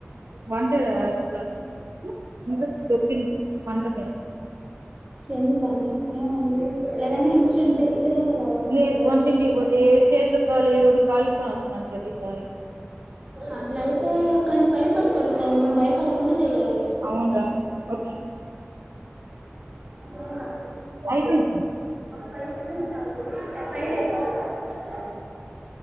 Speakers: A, on the right (about 70°); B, on the right (about 25°).
A: వంట అసలు ఇంట్రెస్ట్ దొబ్బింది వంట మీద
B: ఎందుకని ఏమంది ఏదైనా ఇన్సిడెంట్ జరిగితేనే కదా అలా అనిపిస్తది
A: లేదు వంటింటికి పోతే చేతులు కాలు ఏదోటి కాల్చుకొని వస్తున్నాను ప్రతిసారి
B: అట్లయితే కానీ భయపడకూడదు కదా మనం భయపడకుండా చేయాలి
A: అవునురా ఓకే
B: అవునా
A: అయిపోయింది
B: ఫైవ్ సెకండ్ ఆగి చెయ్ ఫైర్ ఐతాంది బయట